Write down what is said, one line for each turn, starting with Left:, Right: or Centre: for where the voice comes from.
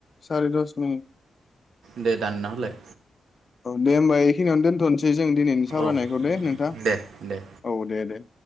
Left: सार दस मिनिट।
Right: दे दान होलां‌लाय
Left: औ दे होनबा बेखिनियावनो दोनथसै दे जों दिनैनि सावरायनायखौ
Right: औ
Left: दे नोंथां
Right: दे दे
Left: औ दे दे।